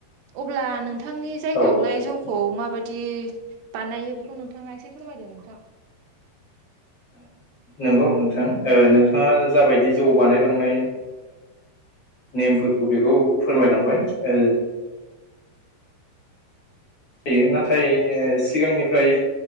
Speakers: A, on the right (about 80°); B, on the left (about 50°).
A: अब्ला नोंथांनि जायगायावलाय
B: औ औ
A: जौखौ माबायदि बानायो बेखौ नोंथाङा एसे फोरमायदो नोंथां
B: नंगौ नोंथां नोंथाङा जाबायदि जौ बानायलांनाय नेमफोरखौ बेखौ फोरमायलांबाय ओ जायो नाथाय ओ सिगांनिफ्राय